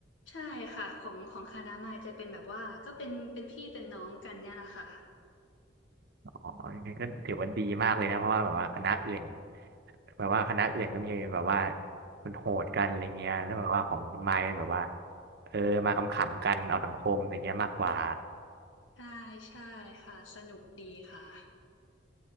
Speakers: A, on the left; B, on the right.
A: ใช่ค่ะของของคณะมายจะเป็นแบบว่าก็เป็นเป็นพี่เป็นน้องกันเนี่ยแหละค่ะ
B: อ๋องั้นก็ถือว่าดีมากเลยนะ เพราะว่าแบบว่าคณะอื่นแบบว่าคณะอื่นก็มีแบบว่ามันโหดกันอะไรเงี้ยแล้วแบบว่าของคุณไม้เป็นแบบว่าเออมาขำๆกันเอาสังคมอะไรเงี้ยมากกว่า
A: ใช่ใช่ค่ะสนุกดีค่ะ